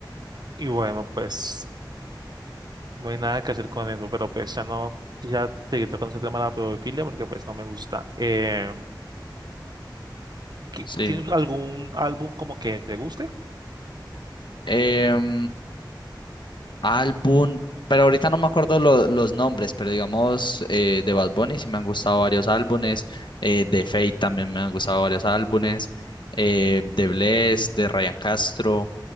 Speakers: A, on the right; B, on the left.
A: Y bueno, pues no hay nada que hacer con eso, pero pues ya no, ya seguir tocando ese tema de la pedofilia porque pues no me gusta. Eh, ¿Qué-
B: Sí.
A: ¿Tienes algún álbum como que te guste?
B: Em, Álbum, pero ahorita no me acuerdo lo- los nombres, pero digamos eh, de Bad Bunny sí me han gustado varios álbumes, eh, de Fate también me han gustado varios álbumes, eh, de Bless, de Ryan Castro,